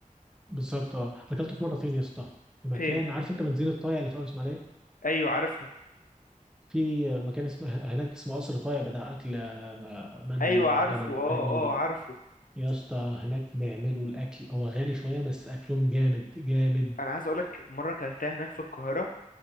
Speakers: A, in the centre; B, on the left.
A: بالظبط اه أنا أكلته في مرة فين يا اسطى؟ في مكان
B: فين
A: عارف أنت بنزين الطايع اللي في أول إسماعيلية؟
B: ايوه عارفها
A: في مكان اسمه هناك اسمه قصر طايع بتاع اكل آه، مندي
B: ايوه
A: وبدوي
B: عارفه
A: وحاجات
B: اه
A: من
B: اه
A: دي
B: عارفه
A: يا اسطى هناك بيعملوا الاكل هو غالي شويه بس اكلهم جامد جامد
B: انا عايز اقول لك مره اكلتها هناك في القاهره